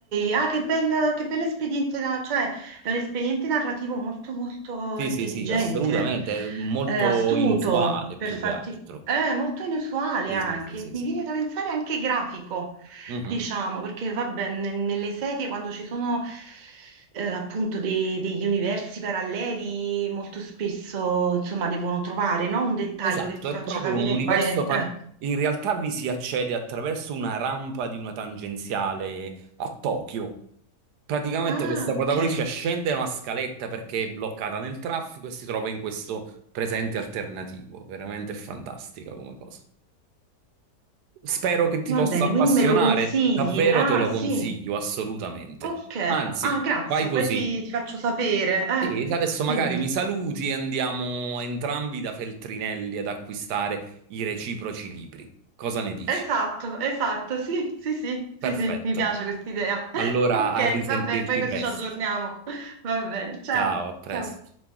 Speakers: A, on the right (about 65°); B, on the right (about 85°).
A: Ah, che bel, che bello espediente, na- cioè è un espediente narrativo molto molto
B: Sì,
A: intelligente,
B: sì, sì, assolutamente, è molto
A: eh, astuto
B: inusuale
A: per
B: più
A: farti,
B: che altro.
A: eh, molto inusuale
B: Sì,
A: anche.
B: sì, sì, sì,
A: Mi
B: sì.
A: viene da pensare anche grafico,
B: Mhm.
A: diciamo, perché vabbè, ne- nelle serie quando ci sono eh, appunto dei- degli universi paralleli, molto spesso insomma devono trovare, no? Un dettaglio
B: Esatto,
A: che ti
B: è
A: faccia
B: proprio
A: capire
B: un
A: in
B: universo
A: quale...
B: par-
A: eh.
B: In realtà vi si accede attraverso una rampa di una tangenziale a Tokyo. Praticamente
A: Ah,
B: questa protagonista
A: ok.
B: scende una scaletta perché è bloccata nel traffico e si trova in questo presente alternativo. Veramente fantastica come cosa. Spero che ti
A: Va
B: possa
A: bene,
B: appassionare,
A: quindi me lo consigli?
B: davvero
A: Ah,
B: te lo
A: sì,
B: consiglio, assolutamente.
A: ok.
B: Anzi,
A: Ah, grazie,
B: fai così.
A: poi ti, ti faccio sapere. Eh,
B: Sì, adesso
A: dimmi.
B: magari mi saluti e andiamo entrambi da Feltrinelli ad acquistare i reciproci libri. Cosa ne dici?
A: Esatto, esatto, sì, sì, sì, sì,
B: Perfetto.
A: sì, mi piace questa idea. <laughs>
B: Allora
A: Ok,
B: a risentirci
A: va bene, poi così
B: presto.
A: ci aggiorniamo. <laughs> Va bene, ciao,
B: Ciao, a presto.
A: ciao.